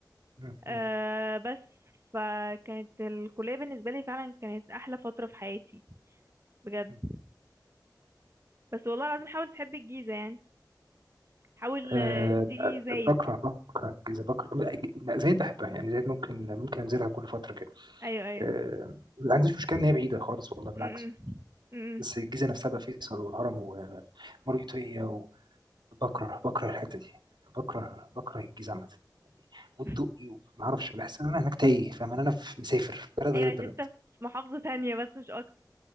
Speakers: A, on the right; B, on the right.
A: مم.
B: أه بس فكانت الكلية بالنسبة لي فعلا كانت أحلى فترة في حياتي بجد
A: مم.
B: بس والله العظيم حاول تحب الجيزة يعني حاول
A: آه،
B: آه، تيجي زايد
A: بكره بكره الجيزه بكره زايد بحبها يعني زايد ممكن ممكن انزلها كل فتره كده
B: أيوه أيوه
A: آه، ما عنديش مشكله ان هي بعيده خالص والله بالعكس
B: م-م. م-م.
A: بس الجيزه نفسها بقى فيصل والهرم ومريوطيه وبكره بكره الحته دي بكره بكره الجيزه عامه يعني والدقي
B: <laughs>
A: وما اعرفش بحس ان انا هناك تايه فاهم إن انا في- مسافر في بلد
B: أيوه
A: غير البلد
B: عشان أنت في محافظة تانية بس مش أكتر